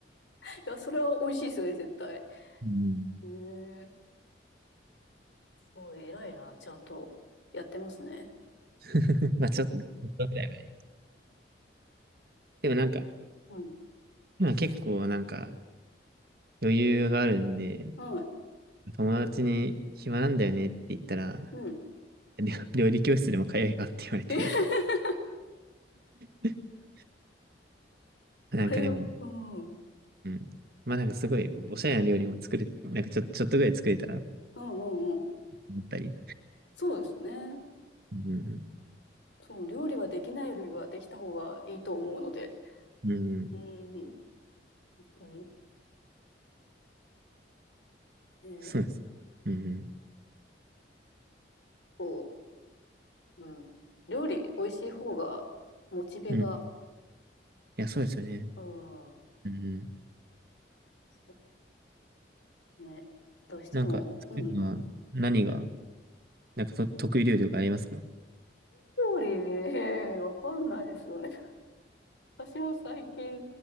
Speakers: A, on the left (about 75°); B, on the right (about 55°).
A: い。いや、それは美味しいですよね、絶対。へ
B: うん
A: えおい、偉いな。ちゃんとやってますね。
B: <laughs> まあちょっとぐらいはね。でもなんか、
A: うん。
B: 今結構なんか余裕があるんで、
A: はい。
B: 友達に暇なんだよねって言ったら、
A: うん。
B: 料 <laughs> 料理教室でも通えばって言われて
A: <laughs>
B: <laughs> なんかでも、
A: これは、うん。うん
B: うん。まあなんかすごいおしゃれな料理も作れ、なんかちょ、ちょっとぐらい作れたら、
A: うんうん。
B: 思ったり。
A: そうですね。
B: うん
A: そう、料理はできないよりはできた方がいいと思うので。
B: うん、うんうん、
A: うん。うんえー
B: そうです。うん、
A: こう、うん。料理美味しい方が、モチベが、
B: うん、うん。いや、そうですよね。
A: うん。
B: うんうん。
A: そうね。どうしても、
B: なんか、作るのは何が、
A: うん。
B: なんかと得意料理とかありますか <laughs>
A: 料理ね、<laughs> わかんないですよね。私も最近、